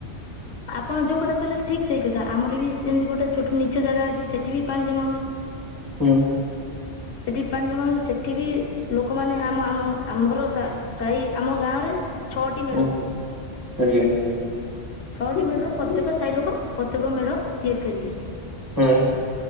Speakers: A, on the left (about 70°); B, on the right (about 15°).
A: ଆପଣ ଯୋଉ କଥା କହିଲେ ଠିକ୍ ସେଇ କଥା ଆମର ବି ସେମିତି ଗୋଟେ ଛୋଟ ନିଚ ଜାଗା ଅଛି ସେଠି ବି ପାଣି ଜମା ହୁଏ
B: ହଁ।
A: ସେଠି ପାଣି ଜମା ହଉଛି ସେଠି ବି ଲୋକମାନେ ଆମ ଆମ ଆମ୍ଭର ସା ସାହି ଆମ ଗାଁରେ ଛଅଟି ମେଢ
B: ହୁଁ
A: ହୁଏ
B: ଆଜ୍ଞା
A: ଛଅଟି ମେଢର ପ୍ରତ୍ୟେକ ସାହି ଲୋକ ପତ୍ୟେକ ମେଢ଼ ତିଆରି କରିବେ
B: ହୁଁ।